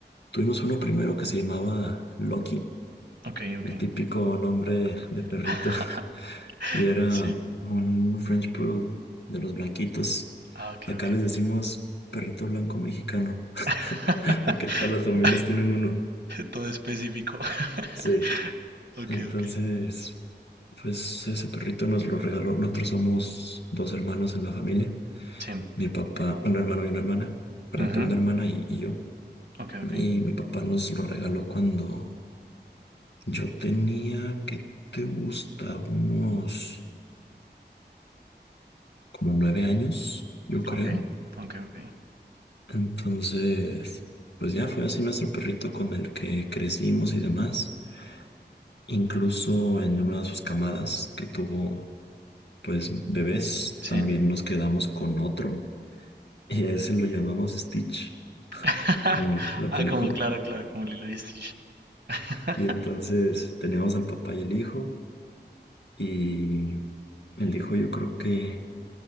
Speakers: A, on the left (about 80°); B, on the right (about 75°).
A: tuvimos uno primero que se llamaba Loki,
B: ok, ok.
A: el típico nombre de perrito
B: <laughs>
A: y era
B: Sí.
A: un French Poodle de los blanquitos.
B: Ah, ok,
A: Acá
B: ok.
A: les decimos perrito blanco mexicano, <laughs>
B: <laughs>
A: porque todas las familias tienen uno.
B: Todo específico. <laughs>
A: Sí.
B: Ok,
A: Entonces,
B: ok.
A: pues ese perrito nos lo regaló. Nosotros somos dos hermanos en la familia.
B: Sí.
A: Mi papá, un hermano y una hermana. Perdón,
B: Ujú,
A: tengo una hermana y, y yo.
B: Ok, ok.
A: Y mi papá nos lo regaló cuando yo tenía, ¿qué te gusta? Unos como nueve años, yo creo.
B: Ok, ok, ok.
A: Entonces, pues ya fue así nuestro perrito con el que crecimos y demás. Incluso en una de sus camadas que tuvo, pues, bebés,
B: Sí.
A: también nos quedamos con otro <laughs> y a ese lo llamamos Stitch,
B: <laughs>
A: como la película.
B: Ah, como claro, claro, como Lilo y Stitch. <laughs>
A: Y entonces teníamos al papá y el hijo y el hijo yo creo que